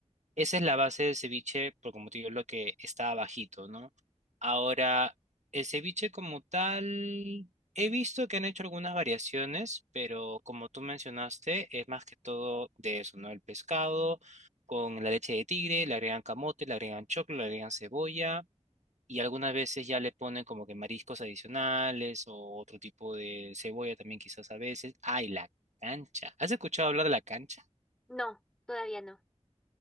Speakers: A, on the right; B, in the centre.
A: Esa es la base del ceviche, por como te digo, lo que está abajito, ¿no? Ahora, el ceviche como tal, he visto que han hecho algunas variaciones, pero como tú mencionaste, es más que todo de eso, ¿no? El pescado con la leche de tigre, le agregan camote, le agregan choclo, le agregan cebolla y algunas veces ya le ponen como que mariscos adicionales o otro tipo de cebolla también quizás a veces. ¡Ay, la cancha! ¿Has escuchado hablar de la cancha?
B: No, todavía no.